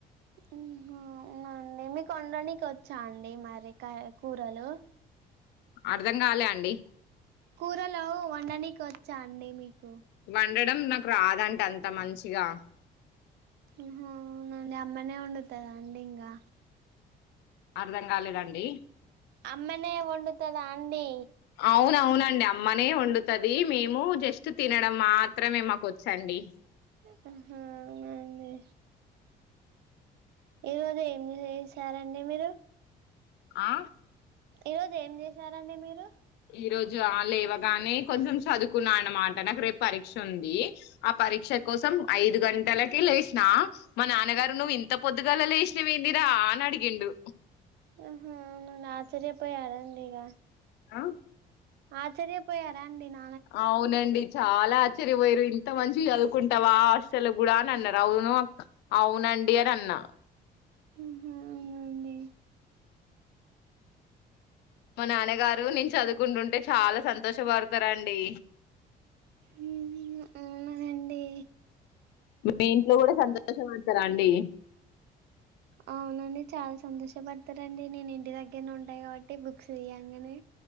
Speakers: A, on the right; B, on the left.
A: ఉ హ ఉనా అండి మీకు వండానికి వచ్చా అండి మరి కర్రీ కూరలు.
B: అర్ధం కాలా అండి
A: కూరలు వండనీకి వచ్చా అండి మీకు
B: వండడం నాకు రాదంటా అంత మంచిగా
A: ఉ హ అవునండి అమ్మానే ఉండుతదా అండి ఇంగా
B: అర్ధం కాలేదండి
A: అమ్మనే వండుతుదా అండి
B: అవును అవునండి అప్ అమ్మనే వండుతది మేము జస్ట్ తినడం మాత్రమే మాకు వచ్చండి.
A: ఆ హా అవునా అండి ఈ రోజు ఏం చేశారండి మీరు
B: ఆ
A: ఈ రోజు ఏమ్ చేసారండి మీరు
B: ఈ రోజు ఆ లేవగానే కొంచం చదువుకున్నా అన్నమాట నాకు రేపు పరీక్ష ఉంది. ఆ పరీక్ష కోసం ఐదు గంటలక్ కే లేసినా మా నాన్నగారు నువ్వు ఇంత పొద్దుగాల లేసినవి ఏందిరా అని అడిగిండు.
A: ఆహా ఆయన ఆశ్చర్యపోయారండి ఇగ
B: ఆ
A: ఆశ్చర్యపోయ రండి నా
B: అవునండి చాలా ఆశ్చర్యపోయారు ఇంత మంచి చదువుకుంటావా హస్టలో కూడా అన అన్నారు. అవును అవున రండియర్ అన్న
A: ఆ హా అవునా అండి
B: మా నాన్నగారు నేను చదువుకుంటుంటే చాలా సంతోష్ పడుతారండి.
A: అవునా అండి
B: మీ ఇంట్లో కూడా సంతోష పడుతారా అండి
A: అవునండి చాలా సంతోషపడుతారండి, నేను ఇంటి దగ్గరనే ఉంటా కాబట్టి బుక్స్ తియంగానే.